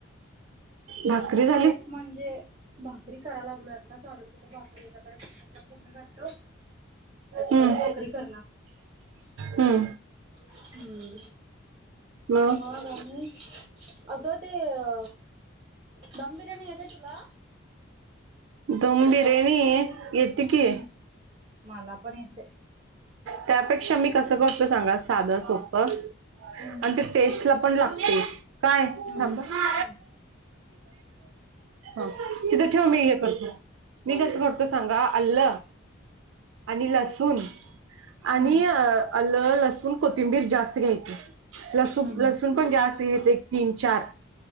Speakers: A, on the right; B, on the right.
A: भाकरी झाल
B: एक म्हणजे भाकरी कराय लागलोय आता चालू केल भाकरी एकाकड फोडणी घातलो. एका
A: हम्म
B: कडा भाकरी करणार.
A: हम्म
B: हम्म.
A: मग
B: मगं अनी अगं ते अ दम बिर्याणी येते तुला?
A: दम बिर्याणी येती
B: हम्म
A: की.
B: मला पण येतय.
A: त्यापेक्षा मी कसं करतो सांगा साधं, सोप आणि
B: हम्म
A: ते टेस्ट ला पण लागतय काय?
B: हम्म
A: थांब ह.
B: हम्म
A: ह, तिथे ठेव मी हे करतो मी कसं करतो सांगा! अल्ल, आणि ल आणि
B: हम्म
A: अ अल्लं, लसून, कोथिंबीर जास्त घ्यायची लसू,
B: हम्म
A: लसूण पण जास्त घेते एक, तीन, चार